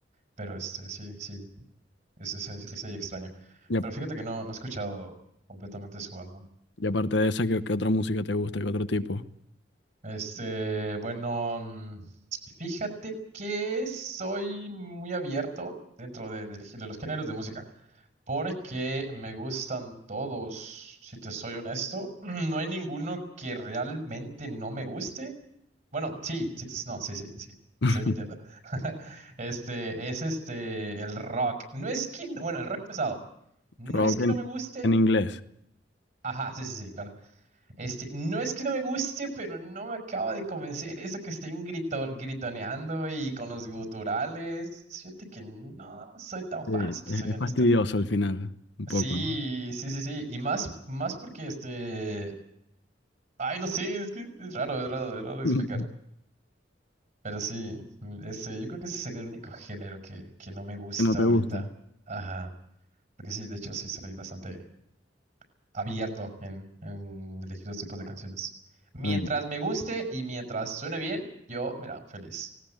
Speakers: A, on the right; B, on the left.
A: Pero este, sí, sí. Es, es, es- es ahí extraño.
B: Y, a-
A: Pero fíjate que no, no he escuchado completamente su álbum.
B: y aparte de esa, ¿qué, qué otra música te gusta? ¿Qué otro tipo?
A: Este, bueno, mm, fíjate que soy muy abierto dentro de, del gé- de los géneros de música, porque me gustan todos, si te soy honesto. <clears throat> No hay ninguno que realmente no me guste. Bueno, sí, sí, sí, no, sí, sí, sí, te
B: <laughs>
A: estoy mintiendo. <laughs> Este, es este, el rock. No es que, bueno, el rock pesado. No
B: Rock
A: es que
B: en,
A: no me guste.
B: en inglés.
A: Ajá, sí, sí, sí, claro. Este, no es que no me guste, pero no me acaba de convencer eso que estén grito- gritoneando y con los guturales. Fíjate que no soy tan fan,
B: Sí,
A: si te
B: es,
A: soy
B: es
A: honesto.
B: fastidioso al final, un poco,
A: Sí,
B: ¿no?
A: sí, sí, sí. Y más, más porque este. Ay, no sé, es que es raro, es raro, es raro de explicar.
B: <laughs>
A: Pero sí, este, yo creo que ese sería el único género que, que no me gusta
B: Que no te
A: ahorita.
B: gusta.
A: Ajá. Porque sí, de hecho, sí soy bastante. abierto en, en elegir los tipos de canciones. Mientras
B: Bueno,
A: me guste y mientras suene bien, yo, mira, feliz.